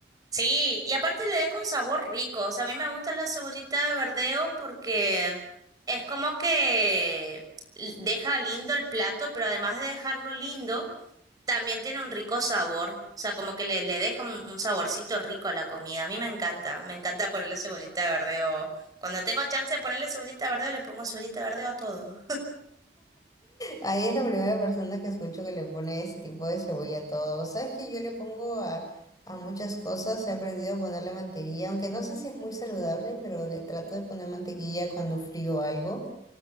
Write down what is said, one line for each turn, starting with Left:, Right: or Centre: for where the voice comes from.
Right: Sí, y aparte le deja un sabor rico. O sea, a mí me gusta la cebollita de verdeo porque es como que l- deja lindo el plato, pero además de dejarlo lindo También tiene un rico sabor, o sea, como que le, le deja un, un saborcito rico a la comida. A mí me encanta, me encanta ponerle cebollita de verdeo. Cuando tengo chance de ponerle cebollita de verdeo, le pongo cebollita de verdeo a todo.
Left: Ahí es la primera persona que escucho que le pone ese tipo de cebolla a todo. Sabes que yo le pongo a, a muchas cosas, he aprendido a ponerle mantequilla, aunque no sé si es muy saludable, pero le trato de poner mantequilla cuando frío algo.